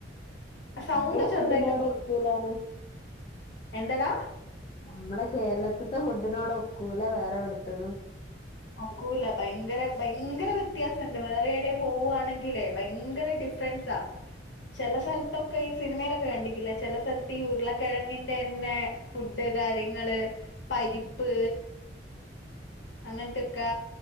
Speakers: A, on the left; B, on the left.
A: സൗണ്ട്
B: നമ്മളെ
A: ചെറുതായിട്ട്
B: ഫുഡിനോട് ഒക്കൂലാന്ന്
A: എന്തടാ.
B: നമ്മള് കേരളത്തിത്തെ ഫുഡിനോട് ഒക്കൂല വേറെ എവിടുത്തെ.
A: ആക്കൂല ഭയങ്കര. ഭയങ്കര വ്യത്യാസംഉണ്ട് വേറെ എവിടെയും പോവാണെങ്കില് ഭയങ്കര ഡിഫറൻസാ ചില സ്ഥലത്തൊക്കെ ഈ സിനിമയിലൊക്കെ കണ്ടിക്കില്ല ചില സ്ഥലത്ത് ഈ ഉരുളക്കിഴങ്ങിന്റെ തന്നെ. ഫുഡ് കാര്യങ്ങള് പരിപ്പ്. അങ്ങനത്തൊക്കെ